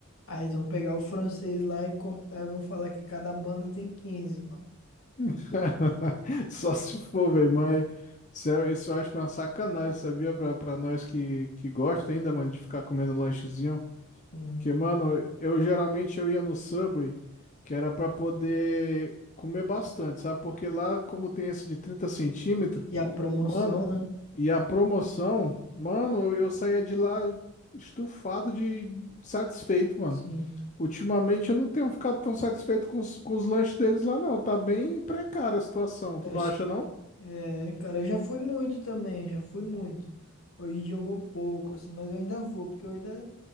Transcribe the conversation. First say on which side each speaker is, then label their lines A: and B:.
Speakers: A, on the left; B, on the left.
A: Aí eles vão pegar o francês lá e cortar e vão falar que cada banda tem 15 mano.
B: <laughs> Só se for, velho, mas isso, é- isso eu acho uma sacanagem, sabia? Pra, pra nós que, que gosta ainda, mano, de ficar comendo lanchezinho.
A: Hum.
B: Que, mano, eu geralmente eu ia no Subway, que era pra poder comer bastante, sabe? Porque lá, como tem esse de 30 centímetros,
A: E a promoção,
B: mano,
A: né?
B: e a promoção, mano, eu saía de lá estufado de satisfeito, mano.
A: Sim,
B: Ultimamente eu não tenho ficado tão satisfeito com os, com os lanches deles lá, não. Tá bem precária a situação, tu
A: eu
B: não
A: acho
B: acha,
A: que.
B: não?
A: É, cara, eu já fui muito também, já fui muito. Hoje em dia eu vou pouco, assim, mas eu ainda vou, porque eu ainda.